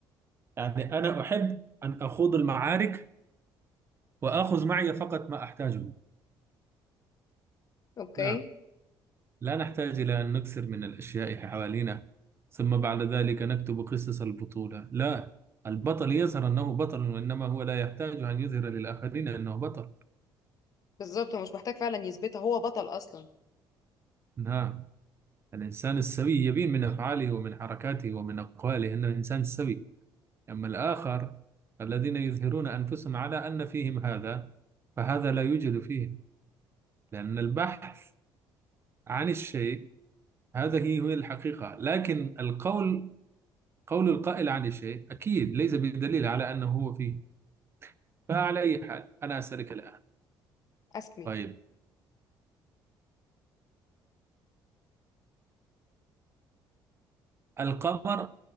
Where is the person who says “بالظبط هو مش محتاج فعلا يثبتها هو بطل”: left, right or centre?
Left